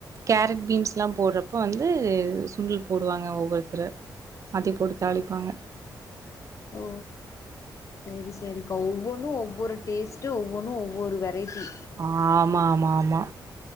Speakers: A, on the right; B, on the left.
A: கேரட் பீன்ஸ்ஸுலா போட்றப்ப வந்து சுண்டல் போடுவாங்க ஒவ்வொருத்தரு அதே போட்டு தாளிப்பாங்க
B: ஓ சேரி சேரிக்கா ஒவ்வொன்னு ஒவ்வொரு டேஸ்ட்டு ஒவ்வொன்னு ஒவ்வொரு வெரைட்டி
A: ஆமா ஆமா ஆமா